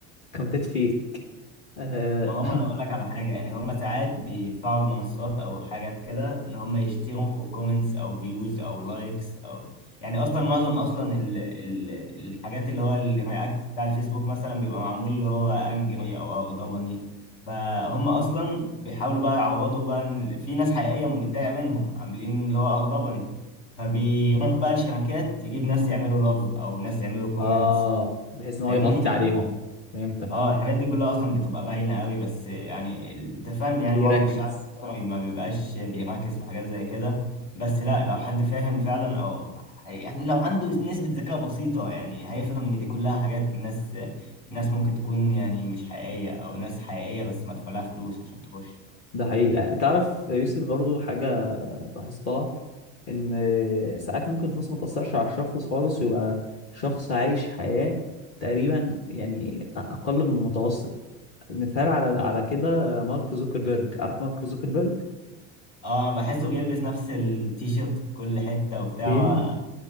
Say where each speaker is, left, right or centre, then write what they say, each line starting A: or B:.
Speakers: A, on the left; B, on the left.
A: اكونتات فيك آه,
B: ما هم انا اقول لك على حاجه يعني هم ساعات بيدفعوا المنصات او حاجات كده ان هم يشتروا كومنتس او فيوز او لايكس او يعني اصلا معظم اصلا ال... ال... الحاجات اللي هو الرياكت بتاع الفيسبوك مثلا بيبقى معمول اللي هو انجري او اغضبني فهم اصلا بيحاولوا بقى يعوضوا بقى إن في ناس حقيقيه متضايقه منهم عاملين اللي هو اغضبني فبيروحوا بقى لشركات تجيب ناس يعملوا لاف او ناس يعملوا كومنتس
A: اه بحيث ان هو
B: فاهمني
A: يغطي عليهم فهمتك
B: اه الحاجات دي كلها اصلا بتبقى باينه قوي بس يعني ال- انت فاهم يعني
A: ليه
B: معظم
A: ركز
B: الشعب ما بيبقاش بيركز في حاجات زي كده بس لا لو حد فاهم فعلا او يعني لو عنده نسبه ذكاء بسيطه يعني هيفهم ان دي كلها حاجات الناس الناس ممكن تكون يعني مش حقيقيه او ناس حقيقيه بس مدفوع لها فلوس عشان تخش
A: ده حقيقي يعني تعرف يا يوسف برضو حاجة لاحظتها إن ساعات ممكن الفلوس ما تأثرش على الشخص خالص ويبقى شخص عايش حياة تقريبا يعني أقل من المتوسط مثال على على كده مارك زوكربيرج عارف مارك زوكربيرج
B: اه انا بحسه بيلبس نفس التيشيرت في كل حته وبتاع
A: بيل